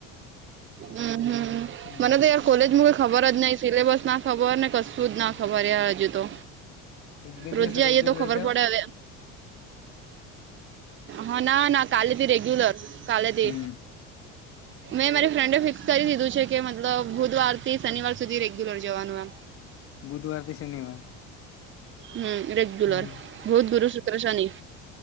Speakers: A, on the right; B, on the left.
A: હમ હમ
B: હમ
A: મને તો યાર કોલેજ મુ. ખબર જ નહી સિલેબસ ના ખબર ને કશું જ ના ખબર યાર હજુ તો.
B: એક બે
A: રોજે
B: દિવસ
A: આઈએ
B: રેગ્યુલર
A: તો ખબર
B: જાવ
A: પડે હવે એમ. હા ના ના કાલે ભી રેગ્યુલર. કાલે દે
B: હમ
A: મે મારી. ફ્રેન્ડે ફિક્સ કરી દીધું છે કે મતલબ બુધવારથી શનિવાર સુધી રેગ્યુલર જવાનું એમ.
B: બુધવાર થી શનિવાર.
A: હમ રેગ્યુલર
B: હમ
A: બુધ ગુરુ શુક્ર શની.